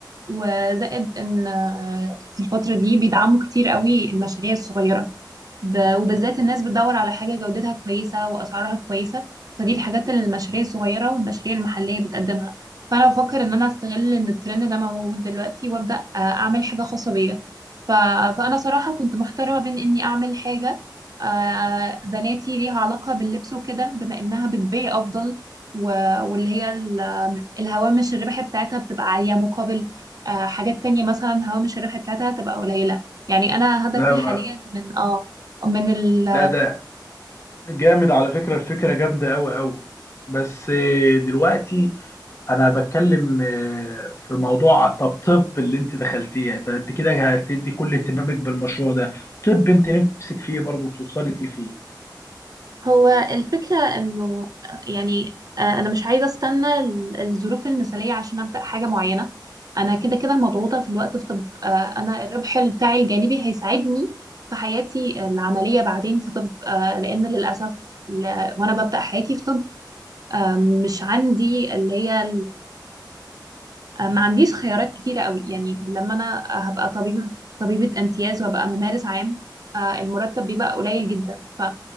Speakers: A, on the right (about 55°); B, on the left (about 35°).
A: وزائد ان آه، في الفترة دي بيدعموا كتير قوي المشاريع الصغيرة ب- وبالذات الناس بتدور على حاجة جودتها كويسة وأسعارها كويسة فدي الحاجات اللي المشاريع الصغيرة والمشاريع المحلية بتقدمها فأنا بفكر إن أنا أستغل إن الترند ده موجود دلوقتي وأبدأ آه، أعمل حاجة خاصة بيا ف... فأنا صراحة كنت محتارة ما بين إني أعمل حاجة آه، بناتي ليها علاقة باللبس وكده بما إنها بتبيع أفضل و... واللي هي الهوامش الربح بتاعتها بتبقى عالية مقابل آه، حاجات تانية مثلا هوامش الربح بتاعتها تبقى قليلة يعني أنا هدفي
B: لا ب-
A: حاليا من اه من ال
B: لا ده جامد على فكره الفكره جامده قوي قوي بس آه، دلوقتي انا بتكلم آه، في موضوع طب طب اللي انت دخلتيه ده انت كده هتدي كل اهتمامك بالمشروع ده طب انت نفسك فيه برضه توصلي لايه فيه
A: هو الفكرة إنه آه، يعني آه، أنا مش عايزة أستنى ال- الظروف المثالية عشان أبدأ حاجة معينة أنا كده كده مضغوطة في الوقت في طب آه، أنا الربح بتاعي الجانبي هيساعدني في حياتي العملية بعدين في طب آه، لأن للأسف ل- وأنا ببدأ حياتي في طب آه، مش عندي اللي هي آه، ما عنديش خيارات كتيرة قوي يعني لما أنا هبقى طبيبة طبيبة امتياز وهبقى ممارس عام آه، المرتب بيبقى قليل جدا ف